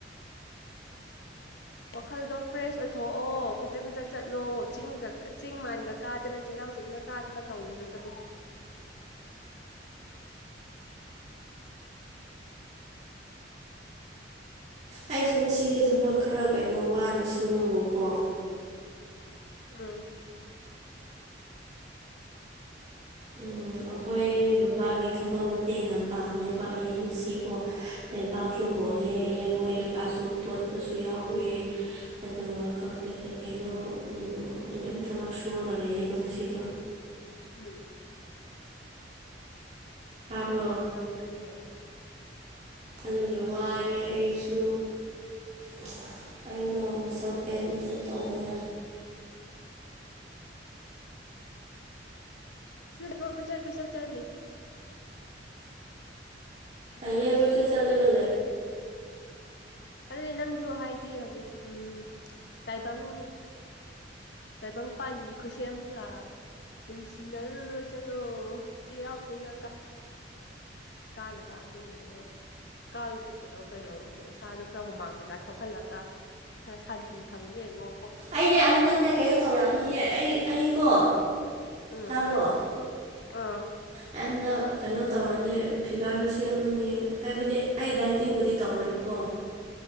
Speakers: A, on the left; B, on the right.
A: ꯋꯥꯈꯜꯗꯣ ꯐ꯭ꯔꯦꯁ ꯑꯣꯏꯊꯣꯛꯑꯣ ꯀꯨꯆꯠ ꯀꯨꯏꯆꯠ ꯆꯠꯂꯣ ꯆꯤꯡꯒ ꯆꯤꯡ ꯃꯥꯟꯒ ꯀꯥꯗꯅ ꯆꯩꯔꯥꯎ ꯆꯤꯡꯒ ꯀꯥꯗ ꯑꯗꯨꯅ ꯇꯧꯔꯨꯁꯨ ꯆꯠꯂꯣ
B: ꯑꯩꯁꯨ ꯉꯁꯤꯁꯦ ꯊꯕꯛ ꯈꯔ ꯀꯩꯅꯣ ꯋꯥꯅ ꯁꯨꯕꯀꯣ
A: ꯎꯝ
B: ꯎꯝ ꯑꯩꯈꯣꯏ ꯕꯕꯥꯒꯤ ꯊꯕꯛ ꯃꯇꯦꯡ ꯌꯥꯝ ꯄꯥꯡꯉꯦꯕ ꯑꯩ ꯉꯁꯤꯀꯣ ꯂꯩꯕꯥꯛꯁꯨ
A: ꯎꯝ
B: ꯍꯣꯜꯂꯦ ꯂꯩꯉꯣꯏ ꯀꯩꯀꯥꯁꯨ ꯇꯣꯠꯄꯁꯨ ꯌꯥꯎꯋꯦ ꯑꯗꯨꯒ ꯈꯪꯗꯦ ꯀꯩ ꯀꯩꯅꯣ ꯑꯗꯨꯝ ꯊꯕꯛ ꯁꯨꯔꯒ ꯂꯩꯌꯦꯕ ꯉꯁꯤꯗꯣ
A: ꯎꯝ
B: ꯇꯥꯕ꯭ꯔꯣ
A: ꯌꯥꯝ ꯐꯥꯏꯅꯦ
B: ꯑꯗꯨꯒꯤ ꯋꯥꯔꯦ ꯑꯩꯁꯨ ꯑꯗꯨꯨ ꯑꯩꯗꯣ ꯃꯁꯜ ꯄꯦꯟꯁꯨ ꯇꯧꯋꯦ
A: ꯑꯣ ꯀꯨꯁ ꯀꯨꯁ ꯆ
B: ꯍꯥꯏꯌꯦ
A: ꯕꯨ ꯇꯧꯁꯤꯒꯦ
B: ꯄꯩꯁꯥ ꯆꯂꯒꯂꯣ
A: ꯑꯗꯨꯗꯤ ꯅꯪꯁꯨ ꯍꯥꯏꯗꯤ ꯍꯧꯖꯤꯛ ꯎꯝ ꯇꯥꯏꯕꯪ ꯇꯥꯏꯕꯪꯄꯥꯟꯒꯤ ꯈꯨꯠꯁꯦꯝꯒ ꯅꯨꯡꯁꯤꯅꯔꯨꯔꯣ ꯆꯠꯂꯣ ꯆ ꯌꯥꯎ ꯆꯦꯡꯒꯀ ꯀꯥꯟꯅꯕ ꯑꯗꯨꯒꯨꯝꯕꯗꯣ ꯀꯥꯔꯨ ꯆ ꯆꯠꯂꯣ ꯀꯩꯅꯣ ꯅꯁꯥꯗꯣ ꯈꯔ ꯍꯨꯃꯥꯡꯒꯒ ꯊꯣꯛꯍꯜꯂꯒ ꯈꯔ ꯁꯥꯟꯇꯤ ꯐꯪꯗ꯭ꯔꯦꯉꯣ
B: ꯑꯩꯅꯦ ꯍꯟꯗꯛꯅꯦ ꯀꯩꯅꯣ ꯇꯧꯔꯛꯑꯅꯤꯌꯦ ꯑꯩ ꯑꯩꯀꯣ
A: ꯎꯝ
B: ꯇꯥꯕ꯭ꯔꯣ
A: ꯎꯝ
B: ꯑꯩ ꯍꯟꯗꯛ ꯀꯩꯅꯣ ꯇꯧꯔꯅꯤ ꯐꯤꯒꯔꯁꯨ ꯁꯦꯝꯃꯅꯤ ꯍꯥꯏꯕꯗꯤ ꯑꯩ ꯗꯥꯏꯇꯤꯡꯕꯨꯗꯤ ꯇꯧꯔꯣꯏꯕꯀꯣ